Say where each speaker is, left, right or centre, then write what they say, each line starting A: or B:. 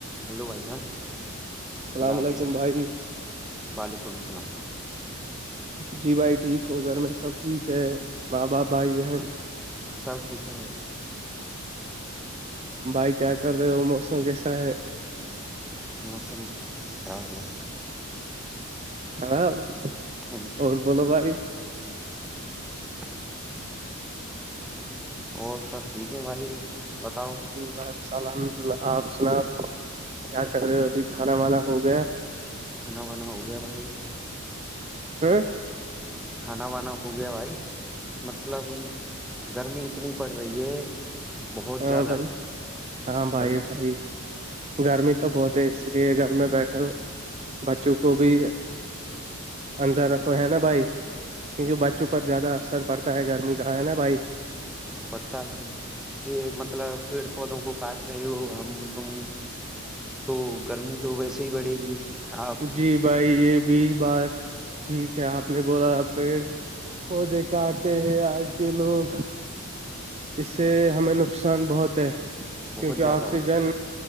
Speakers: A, in the centre; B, on the right.
A: ہیلو بھائی جان
B: السلام
A: خدا
B: علیکم
A: حافظ
B: بھائی
A: وعلیکم السلام
B: جی بھائی ٹھیک ہو گھر میں سب ٹھیک ہے ماں باپ بھائی بہن
A: سب ٹھیک ہے ہو جان
B: بھائی کیا کر رہے ہو موسم کیسا ہے
A: موسم خراب ہے
B: خراب
A: ہوں،
B: اور بولو بھائی
A: جی اور سب ٹھیک ہے بھائی بتاؤ
B: بس الحمد اللہ آپ سناب کیا کر رہے ہو ابھی کھانا وانا ہو گیا
A: کھانا بانا ہو گیا بھائی
B: ہ
A: کانا وانا ہو گیا بھائی مطلب گرمی اتنی پڑ رہی ہے بہت
B: ہاں
A: زیادہ
B: بھائی ہاں بھائی
A: گرمی
B: بھائی گرمی تو بہت ہے اس لیے گھر میں بیٹھا بچوں کو بھی اندر
A: ہاں
B: رکھو ہے نا بھائی کیونکہ
A: ہ
B: بچوں کو پر زیادہ اثر پڑتا ہے گرمی کا ہے نا بھائی
A: ہاں پڑھتا ہے بھائی یہ مطلب پیڑ پودوں کو کاٹ رہی ہو ہم تم تو گرمی تو ویسے ہی بڑھے گی آ
B: جی بھائی یہ بھی بس ٹھیک ہے آپ نے بولا آپ پیڑ پودے کاتے ہیں آج کے لوگ اسس سے ہمیں نقصان بہت ہے
A: بہت
B: کیونکہ
A: زیادہ
B: آکسیجن
A: ہو رہا